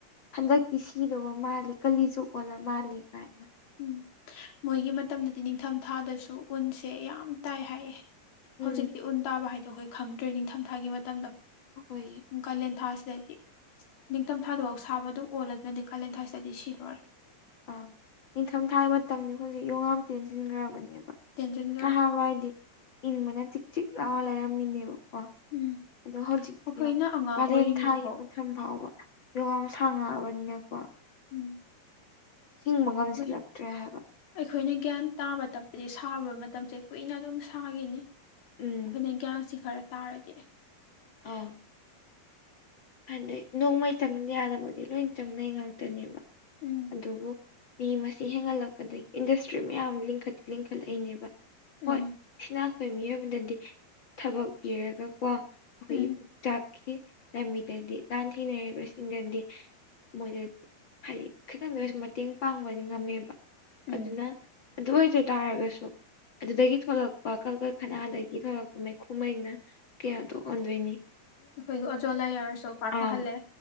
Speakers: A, on the left; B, on the left.
A: ꯍꯟꯗꯛꯇꯤ ꯁꯤꯗꯧꯕ ꯃꯥꯜꯂꯦ ꯀꯂꯤꯖꯨꯛ ꯑꯣꯜꯂ ꯃꯥꯜꯂꯦ ꯀꯥꯏꯅ
B: ꯎꯝ ꯃꯣꯏꯒꯤ ꯃꯇꯝꯗꯗꯤ ꯅꯤꯡꯊꯝ ꯊꯥꯗꯁꯨ ꯎꯟꯁꯦ ꯌꯥꯝ ꯇꯥꯏ ꯍꯥꯏꯌꯦ
A: ꯎꯝ
B: ꯍꯧꯖꯤꯛꯇꯤ ꯎꯟ ꯇꯥꯕ ꯍꯥꯏꯗꯣ ꯑꯩꯈꯣꯏ ꯈꯪꯗ꯭ꯔꯦ ꯅꯤꯡꯊꯝꯊꯥꯒꯤ ꯃꯇꯝꯗ
A: ꯍꯣꯑꯣꯏ
B: ꯀꯥꯂꯦꯟꯊꯥꯁꯤꯗꯗꯤ ꯅꯤꯡꯊꯝꯊꯥꯗꯐꯧ ꯁꯥꯕꯗꯨ ꯑꯣꯜꯂꯗꯨꯅꯗꯤ ꯀꯥꯂꯦꯟ ꯊꯥꯁꯤꯗꯗꯤ ꯁꯤꯗꯧꯔꯦ
A: ꯑꯥ ꯅꯤꯡꯊꯝꯊꯥꯏ ꯃꯇꯝꯖꯤ ꯍꯧꯖꯤꯛ ꯌꯣꯡꯉꯥꯝ ꯇꯦꯟꯁꯤꯟꯒ꯭ꯔꯕꯅꯦꯕ
B: ꯇꯦꯟꯁꯤꯟꯈꯔꯦ
A: ꯅꯍꯥꯟꯋꯥꯏꯗꯤ ꯏꯪꯕꯅ ꯆꯤꯛ ꯆꯤꯛ ꯂꯥꯎꯔ ꯂꯩꯔꯝꯃꯤꯅꯦꯕ ꯑꯣ
B: ꯎꯝ
A: ꯑꯗꯣ ꯍꯧꯖꯤꯛꯇꯤ
B: ꯑꯩꯈꯣꯏꯅ
A: ꯌꯣꯡ
B: ꯑꯉꯥꯡ
A: ꯀꯥꯂꯦꯟ
B: ꯑꯣꯏꯔꯤꯉꯩꯗꯐꯥꯎ
A: ꯊꯥꯒꯤ ꯃꯠ ꯊꯝ ꯐꯥꯎꯕ ꯌꯣꯡ ꯌꯥꯝ ꯁꯥꯡꯉꯛꯑꯕꯅꯤꯅꯀꯣ
B: ꯎꯝ
A: ꯍꯤꯡꯕ ꯉꯝꯖꯤꯜꯂꯛꯇ꯭ꯔꯦ
B: ꯑꯩꯈꯣꯏ
A: ꯍꯥꯏꯕ
B: ꯑꯩꯈꯣꯏꯅ ꯒ꯭ꯌꯥꯟ ꯇꯥꯕ ꯇꯞꯄꯗꯤ ꯁꯥꯕ ꯃꯇꯝꯁꯦ ꯀꯨꯏꯅ ꯑꯗꯨꯝ ꯁꯥꯒꯤꯅꯤ ꯑꯩꯈꯣꯏꯅ
A: ꯎꯝ
B: ꯒ꯭ꯌꯥꯟꯁꯤ ꯈꯔ ꯇꯥꯔꯗꯤ
A: ꯑꯥ ꯍꯥꯏꯗꯤ ꯅꯣꯡꯃꯩ ꯆꯪꯗ ꯌꯥꯗꯕꯗꯤ ꯂꯣꯏ ꯆꯪꯅꯩ ꯉꯥꯛꯇꯅꯦꯕ
B: ꯎꯝ
A: ꯑꯗꯨꯕꯨ ꯃꯤ ꯃꯁꯤꯡ ꯍꯦꯟꯒꯠꯂꯛꯄꯗꯒꯤ ꯏꯟꯗꯁꯇ꯭ꯔꯤ ꯃꯌꯥꯝ ꯂꯤꯡꯈꯠ ꯂꯤꯡꯈꯠꯂꯛꯏꯅꯦꯕ
B: ꯎꯝ
A: ꯍꯣꯏ ꯁꯤꯅ ꯑꯈꯣꯏ ꯃꯤꯑꯣꯏꯕꯗꯗꯤ ꯊꯕꯛ ꯄꯤꯔꯒꯀꯣ ꯑꯩꯈꯣꯏꯒꯤ
B: ꯎꯝ
A: ꯄꯨꯛꯆꯥꯛꯀꯤ ꯂꯝꯕꯤꯗꯗꯤ ꯂꯥꯟ ꯊꯦꯡꯅꯔꯤꯕꯁꯤꯡꯗꯗꯤ ꯃꯣꯏꯗꯗꯤ ꯍꯥꯏꯗꯤ ꯈꯤꯇꯪꯗ ꯑꯣꯏꯁꯨ ꯃꯇꯦꯡ ꯄꯥꯡꯕꯗꯤ ꯉꯝꯃꯦꯕ
B: ꯎꯝ
A: ꯑꯗꯨꯅ ꯑꯗꯨ ꯑꯣꯏꯗ ꯇꯥꯔꯒꯁꯨ ꯑꯗꯨꯗꯒꯤ ꯊꯣꯛꯂꯛꯄ ꯀꯜꯀꯔꯈꯅꯥꯗꯒꯤ ꯊꯣꯛꯂꯛꯄ ꯃꯩꯈꯨꯃꯩꯅ ꯀꯤꯌꯥꯇꯣꯛ ꯑꯣꯟꯗꯣꯏꯅꯤ
B: ꯑꯩꯈꯣꯏꯒꯤ ꯑꯣꯖꯣꯟ ꯂꯦꯌꯔꯁꯨ ꯄꯥꯊꯍꯜꯂꯦ
A: ꯑꯥꯎ